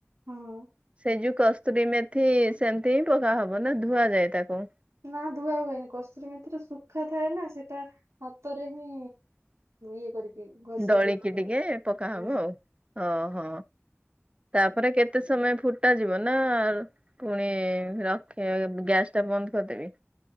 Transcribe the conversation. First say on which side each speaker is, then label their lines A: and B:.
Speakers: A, on the right; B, on the right.
A: ହଁ।
B: ସେ ଯୋଉ କସ୍ତୁରୀ ମେଥି ସେମିତି ହିଁ ପକା ହବ ନା ଧୁଆଯାଏ ତାକୁ।
A: ନା ଧୁଆ ହୁଏନି କଷୁରୀ ମଥିରେ ଶୁଖା ଥାଏ ନା ସେଇଟା ହାତରେ ହିଁ ଇଏ କରିକି ଘଷିକି
B: ଦଳିକି
A: ପକେଇଦବ।
B: ଟିକେ ପକାହବ
A: ହୁଁ
B: ଆଉ ଓହୋ। ତାପରେ କେତେ ସମୟ ଫୁଟା ଯିବ? ନା ପୁଣି ରଖେଇ ଗ୍ୟାସଟା ବନ୍ଦ କରିଦେବି।